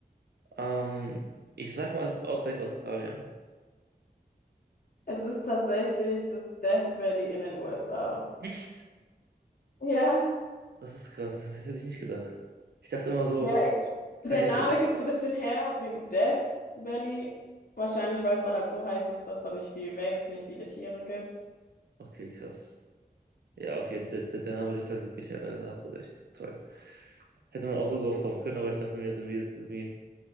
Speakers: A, on the right; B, on the left.
A: Ähm, ich sag mal, es ist Outback Australien.
B: Es ist tatsächlich das Death Valley in den USA.
A: Echt?
B: Ja,
A: Das ist krass, das hätte ich nicht gedacht. Ich dachte immer so,
B: ja, ich,
A: halt
B: der
A: jetzt.
B: Name gibt so ein bisschen her wegen Death Valley. Wahrscheinlich, weil es halt so heiß ist, dass da nicht viel wächst, nicht viele Tiere gibt.
A: Okay, krass. Ja, okay, der, der, der Name gibt halt wirklich, ja, da hast du recht. Toll. Hätte man auch so drauf kommen können, aber ich dachte mir jetzt irgendwie, es ist irgendwie.